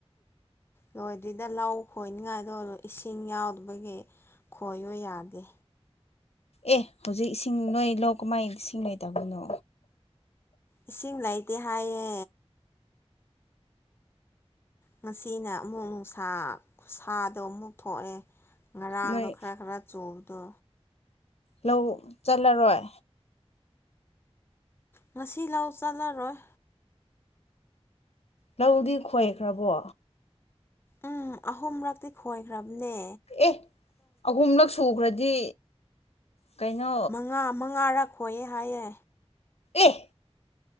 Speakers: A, on the left (about 20°); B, on the left (about 70°).
A: ꯂꯣꯏꯗ꯭ꯔꯤꯗ ꯂꯧ ꯈꯣꯏꯅꯤꯡꯉꯥꯏꯗꯣ ꯏꯁꯤꯡ ꯌꯥꯎꯗꯕꯒꯤ ꯈꯣꯏꯌꯨ ꯌꯥꯗꯦ
B: ꯑꯦ ꯍꯧꯖꯤꯛ ꯏꯁꯤꯡ ꯅꯣꯏ ꯂꯧ ꯀꯃꯥꯏ ꯏꯁꯤꯡ ꯂꯩꯇꯕꯅꯣ
A: ꯏꯁꯤꯡ ꯂꯩꯇꯦ ꯍꯥꯏꯌꯦ ꯉꯁꯤꯅ ꯑꯃꯨꯛ ꯅꯨꯡꯁꯥ ꯈꯨꯁꯥꯗꯣ ꯑꯃꯨꯛ ꯊꯣꯛꯑꯦ ꯉꯔꯥꯡꯗꯣ
B: ꯅꯣꯏ
A: ꯈꯔ ꯈꯔ ꯆꯨꯕꯗꯣ
B: ꯂꯧ ꯆꯠꯂꯔꯣꯏ
A: ꯉꯁꯤ ꯂꯧ ꯆꯠꯂꯔꯣꯏ
B: ꯂꯧꯗꯤ ꯈꯣꯏꯈ꯭ꯔꯕꯣ
A: ꯎꯝ ꯑꯍꯨꯝꯔꯛꯇꯤ ꯈꯣꯏꯈ꯭ꯔꯝꯅꯦ
B: ꯑꯦ ꯑꯍꯨꯝꯂꯛ ꯁꯨꯈ꯭ꯔꯗꯤ ꯀꯩꯅꯣ
A: ꯃꯉꯥ ꯃꯉꯥꯔꯛ ꯈꯣꯏꯌꯦ ꯍꯥꯏꯌꯦ
B: ꯑꯦ